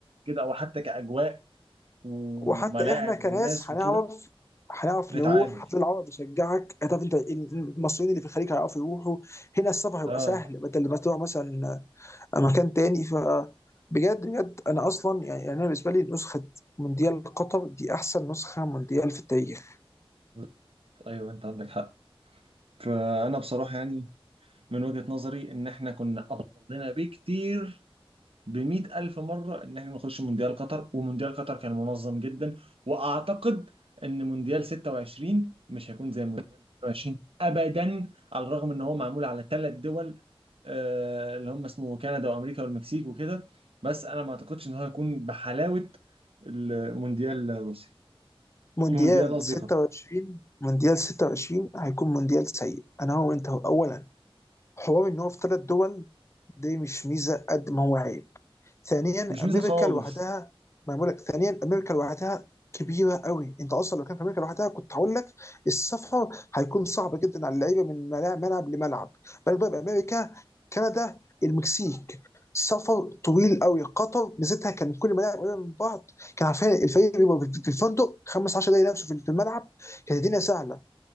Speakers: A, on the right; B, on the left.
A: كده او حتى كاجواء وملاعب
B: وحتى احنا كناس
A: وناس
B: هنعرف
A: وكده
B: هنعرف
A: نتعامل
B: نروح هتلاقي العرب بيشجعك هتعرف انت المصريين اللي في الخليج هيعرفوا يروحوا هنا السفر هيبقى
A: اه
B: سهل بدل ما تروح مثلا مكان تاني ف بجد بجد انا اصلا يعني يعني انا بالنسبه لي نسخه مونديال قطر دي احسن نسخه مونديال في التاريخ
A: بالظبط ايوه انت عندك حق فانا بصراحة يعني من وجهة نظري ان احنا كنا افضل لنا بكتير بمئة ألف مرة إن إحنا نخش مونديال قطر ومونديال قطر كان منظم جدا وأعتقد إن مونديال 26 مش هيكون زي مونديال 22 أبدا على الرغم إن هو معمول على ثلاث دول آه، اللي هم اسمه كندا وأمريكا والمكسيك وكده بس أنا ما أعتقدش إن هو هيكون بحلاوة المونديال روسيا
B: فمونديال
A: مونديال قصدي
B: 26
A: قطر
B: مونديال 26 هيكون مونديال سيء انا هو وانت هو اولا حوار ان هو في ثلاث دول دي مش ميزه قد ما هو عيب ثانيا
A: مش ميزة
B: امريكا
A: خالص
B: لوحدها ما أنا بقول لك ثانيا امريكا لوحدها كبيره قوي انت اصلا لو كان في امريكا لوحدها كنت هقول لك السفر هيكون صعب جدا على اللعيبه من ملا- ملعب لملعب بالك بقى بامريكا كندا المكسيك سفر طويل قوي قطر ميزتها كان كل الملاعب قريبه من بعض كان عارفين الفريق بيبقى في في الفندق 15 دقيقه نفسه في في الملعب كانت الدنيا سهله